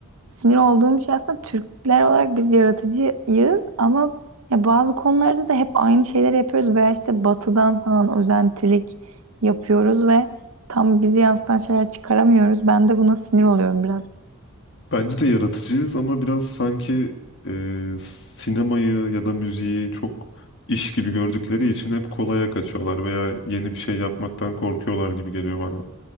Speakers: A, on the right (about 70°); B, on the left (about 55°).
A: sinir olduğum şey aslında Türkler olarak biz yaratıcıyız ama ya bazı konularda da hep aynı şeyleri yapıyoruz veya işte batıdan falan özentilik yapıyoruz ve tam bizi yansıtan şeyler çıkaramıyoruz. Ben de buna sinir oluyorum biraz.
B: Bence de yaratıcıyız ama biraz sanki e, sinemayı ya da müziği çok iş gibi gördükleri için hep kolaya kaçıyorlar veya yeni bir şey yapmaktan korkuyorlar gibi geliyor bana.